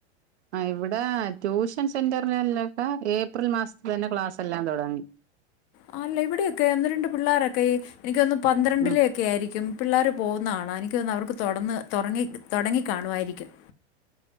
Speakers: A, on the right; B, on the left.
A: ആഹ് ഇവിടെ ട്യൂഷൻ സെന്ററിലല്ലൊക്കെ ഏപ്രിൽ മാസത്തി തന്നെ ക്ലാസ് എല്ലാം തൊടങ്ങി
B: ആ അല്ല ഇവിടെയൊക്കെ ഒന്ന് രണ്ട് പിള്ളോരൊക്കെ എനിക്കൊന്ന് പന്ത്രണ്ടില്
A: ഉം
B: ക്കെ ആയിരിക്കും പിള്ളേർ പോകുന്നത് കാണാം എനിക്ക് തോന്നുന്നത് അവർക്ക് തൊടന്ന് തൊറങ്ങി തൊടങ്ങി കാണുവായിരിക്കും